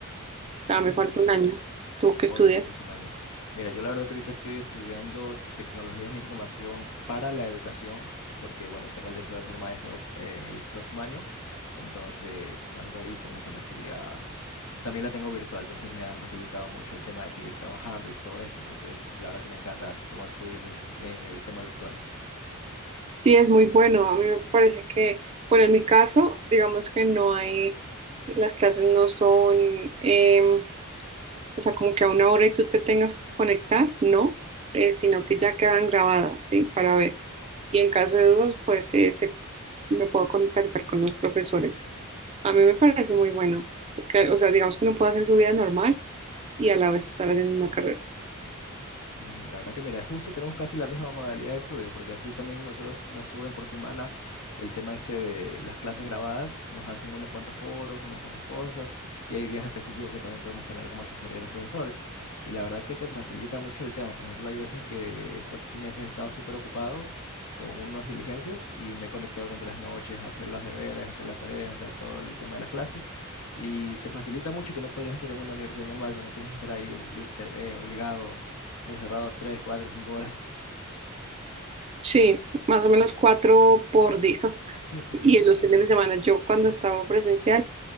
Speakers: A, on the right; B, on the left.
A: Ya
B: Mm,
A: me falta
B: la-
A: un año. ¿Tú qué
B: Oh,
A: estudias?
B: ya te falta un año. Mira, yo la verdad que ahorita estoy estudiando tecnologías de la información para la educación, porque bueno, tengo el deseo de ser maestro eh, el próximo año, entonces ando ahí con esa maestría También la tengo virtual, entonces me ha facilitado mucho el tema de seguir trabajando y todo esto. Entonces, la verdad que me encanta, como tú dices, en el tema virtual.
A: Sí, es muy bueno. A mí me parece que, bueno, en mi caso, digamos que no hay, las clases no son... em, O sea, como que a una hora y tú te tengas que conectar, no, eh, sino que ya quedan grabadas, ¿sí? Para ver. Y en caso de dudas, pues eh, se- me puedo contactar con los profesores. A mí me parece muy bueno, porque, o sea, digamos que uno puede hacer su vida normal y a la vez estar haciendo una carrera.
B: Mm, La verdad que mira, justo tenemos casi la misma modalidad de estudio, porque así también nosotros nos suben por semana el tema este de las clases grabadas, nos hacen unos cuantos foros, unas cuantas cosas, y hay días específicos que también podemos tener como asesoría de los profesores. Y la verdad que te facilita mucho el tema. Por ejemplo, hay veces que estos meses he estado súper ocupado con unas diligencias y me he conectado durante las noches a hacer las deberes, a hacer las tareas, a hacer todo el tema de las clases. Y te facilita mucho que no podrías hacer en una universidad normal donde tienes que estar ahí liter- eh, obligado Encerrado 3, 4, 5 horas.
A: Sí, más o menos cuatro por día. <laughs>
B: <laughs> Exactamente.
A: Y en los fines de semana, yo cuando estaba presencial,